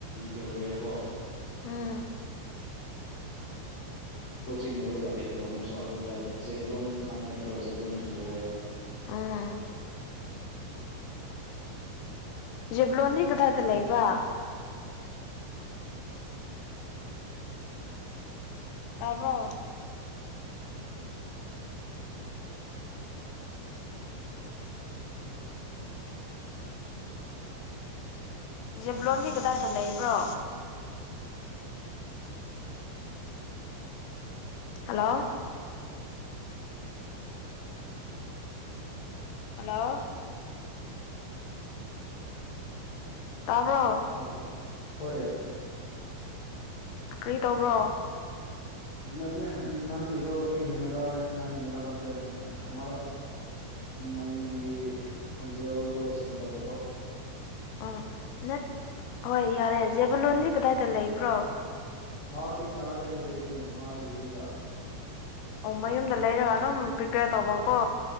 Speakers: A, on the left; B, on the left.
A: ꯌꯥꯎꯋꯦꯀꯣ
B: ꯎꯝ
A: ꯀꯣꯆꯤꯡ ꯂꯧꯔꯒꯂꯛꯑꯦꯕ ꯃꯣꯏꯁꯨ ꯑꯗꯨꯒ ꯖꯦꯕꯂꯣꯟ ꯈꯥꯡꯕ ꯅꯠꯇ꯭ꯔꯣ ꯖꯦꯕꯂꯣꯟꯁꯨ ꯌꯧꯋꯦ
B: ꯎꯝ ꯖꯤꯦꯕ꯭ꯂꯣꯅꯤ ꯀꯗꯥꯏꯇ ꯂꯩꯕ ꯇꯥꯕ꯭ꯔꯣ ꯖꯤꯕ꯭ꯂꯣꯟꯒꯤ ꯀꯗꯥꯏꯗ ꯂꯩꯕ꯭ꯔꯣ ꯍꯜꯂꯣ ꯍꯜꯂꯣ ꯇꯥꯕ꯭ꯔꯣ
A: ꯍꯜꯂꯣ ꯍꯣꯏ
B: ꯀꯔꯤ ꯇꯧꯕ꯭ꯔꯣ
A: ꯅꯠꯇꯦ ꯅꯪꯒꯤꯗꯣ ꯑꯩꯒꯤꯅꯔꯣꯏ ꯅꯪꯒꯤꯅꯔꯥ ꯈꯪꯇꯦ ꯑꯃꯔꯛ ꯅꯪꯒꯤ ꯈꯣꯟꯖꯦꯜꯗꯣ ꯆꯤꯡꯗꯕꯀꯣ
B: ꯎ ꯅꯠ ꯍꯣꯏ ꯌꯥꯔꯦ ꯖꯦꯕꯂꯣꯟꯁ ꯀꯗꯥꯏꯗ ꯂꯩꯕ꯭ꯔꯣ
A: ꯃꯥꯗꯤ ꯅꯥꯒꯥꯂꯦꯟꯗ ꯂꯩꯕꯅꯤ ꯃꯥꯒꯤ ꯌꯨꯝꯗ
B: ꯑꯣ ꯃꯌꯨꯝꯗ ꯂꯩꯔꯒ ꯑꯗꯨꯝ ꯄ꯭ꯔꯤꯄꯦꯌꯔ ꯇꯧꯕꯀꯣ